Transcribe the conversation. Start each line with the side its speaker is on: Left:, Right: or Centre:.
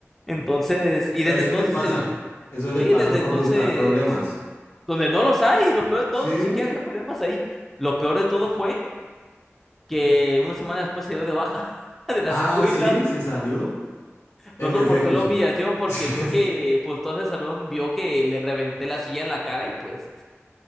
Centre: Entonces, y
Left: Eso
Centre: desde entonces
Left: le pasa,
Centre: el,
Left: eso le
Centre: Sí,
Left: pasa
Centre: desde
Left: por
Centre: entonces,
Left: buscar problemas.
Centre: donde no los hay, y lo peor de
Left: Sí,
Centre: todo, ni siquiera había problemas ahí. Lo peor de todo fue que una semana después se dio de baja <laughs> de la
Left: ah,
Centre: escuela,
Left: sí, se salió. En
Centre: no soportó
Left: vez de,
Centre: la
Left: sí.
Centre: humillación porque
Left: <laughs>
Centre: vio que, pues todo el salón vio que le reventé la silla en la cara y pues